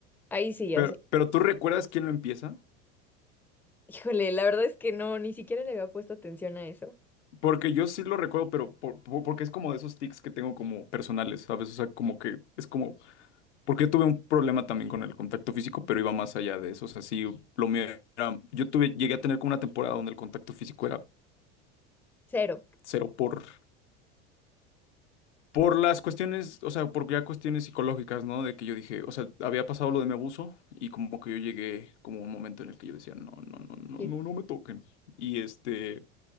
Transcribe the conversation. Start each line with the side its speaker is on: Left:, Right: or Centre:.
Centre: Ahí sí, ya
Left: Pero,
Centre: sé.
Left: pero ¿tú recuerdas quién lo empieza?
Centre: Híjole, la verdad es que no, ni siquiera le había puesto atención a eso.
Left: Porque yo sí lo recuerdo, pero por- por- porque es como de esos tics que tengo como personales, ¿sabes? O sea, como que es como Porque tuve un problema también con el contacto físico, pero iba más allá de eso. O sea, sí, lo mío era. Yo tuve, llegué a tener como una temporada donde el contacto físico era
Centre: Cero.
Left: cero por, por las cuestiones, o sea, por ya cuestiones psicológicas, ¿no? De que yo dije, o sea, había pasado lo de mi abuso y como que yo llegué como a un momento en el que yo decía, no, no, no, no,
Centre: Sí.
Left: no, no me toquen. Y este,